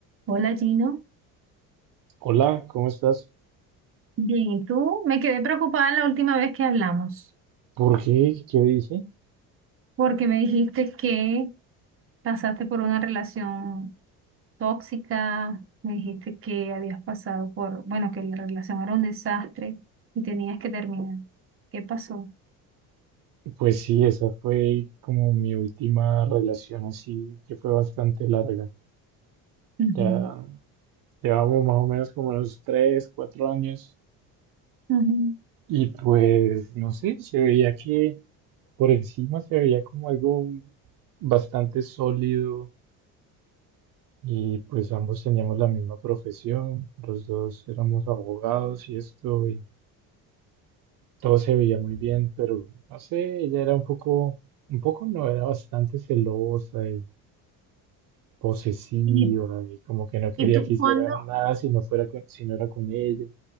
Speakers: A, on the right (about 35°); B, on the right (about 60°).
A: Hola Gino,
B: Hola, ¿cómo estás?
A: bien, ¿y tú? Me quedé preocupada la última vez que hablamos,
B: ¿Por qué? ¿Qué dije?
A: porque me dijiste que pasaste por una relación tóxica, me dijiste que habías pasado por, bueno, que la relación era un desastre y tenías que terminar. ¿Qué pasó?
B: Pues sí, esa fue como mi última relación así, que fue bastante larga.
A: Ujú,
B: Ya llevamos más o menos como unos 3, 4 años
A: ujú.
B: y pues no sé, se veía que por encima se veía como algo bastante sólido y pues ambos teníamos la misma profesión, los dos éramos abogados y esto, y Todo se veía muy bien, pero no sé, ella era un poco, un poco no, era bastante celosa y posesiva
A: ¿Y,
B: y como que no quería
A: y tú
B: que hiciera
A: cuándo?
B: nada si no fuera con, si no era con ella.